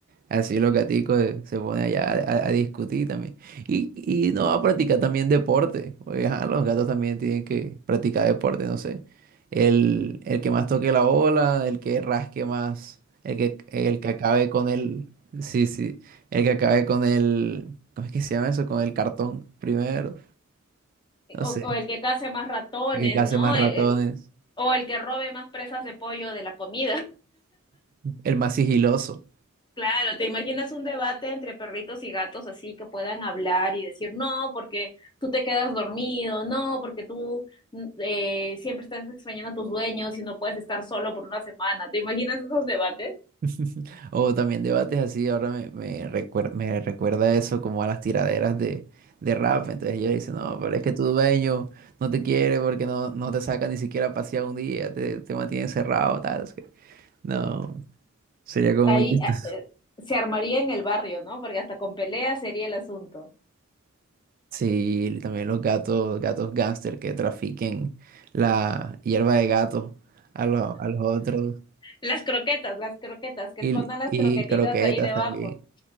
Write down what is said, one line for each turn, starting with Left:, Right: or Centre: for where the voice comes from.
Right: así los
Left: O,
Right: gaticos eh, se ponen allá a, a- a discutir también. Y, y no, a practicar también deporte, porque ajá, los gatos también tienen que practicar deporte, no sé. El, el que más toque la bola, el que rasque más, el que, el que acabe con el... Sí, sí, el que acabe con el... ¿Cómo es que se llama eso? Con el cartón primero. No
Left: o
Right: sé.
Left: el que case más ratones,
Right: El que hace
Left: ¿no?
Right: más ratones,
Left: El- el- o el que robe más presas de pollo de la comida.
Right: el más sigiloso.
Left: Claro, te imaginas un debate entre perritos y gatos así que puedan hablar y decir, no, porque tú te quedas dormido, no, porque tú mm, eh, siempre estás extrañando a tus dueños y no puedes estar solo por una semana. ¿Te imaginas esos debates?
Right: <laughs> O también debates así, ahora me, me, recuer- me recuerda eso como a las tiraderas de, de rap. Entonces ella dice, no, pero es que tu dueño no te quiere porque no, no te saca ni siquiera a pasear un día, te, te mantiene encerrado, tal. es que- No, sería como
Left: Ahí
Right: muy chistoso.
Left: ah, eh,
Right: <laughs>
Left: se armaría en el barrio, ¿no? Porque hasta con peleas sería el asunto.
Right: Sí, y también los gatos, gatos gángster que trafiquen la hierba de gato a, los a los otros.
Left: Las croquetas, las croquetas, que
Right: Y,
Left: escondan las
Right: y
Left: croquetitas
Right: croquetas
Left: ahí debajo.
Right: también,